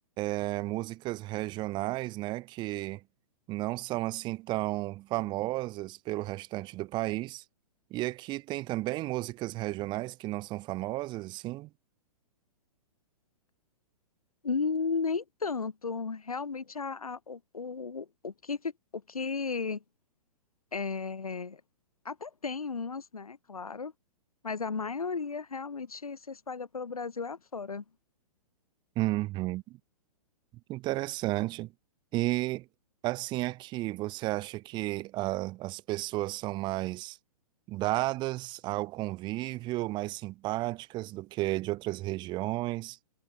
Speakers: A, on the right; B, on the left.
A: é, músicas regionais, né, que não são assim tão famosas pelo restante do país. E aqui tem também músicas regionais que não são famosas, assim.
B: Hum, Nem tanto. Realmente a, a- o, o, o que, fi- o que é, até tem umas, né? Claro. Mas a maioria realmente se espalha pelo Brasil afora.
A: Uhum. Interessante. E assim aqui, você acha que a- as pessoas são mais dadas ao convívio, mais simpáticas do que de outras regiões,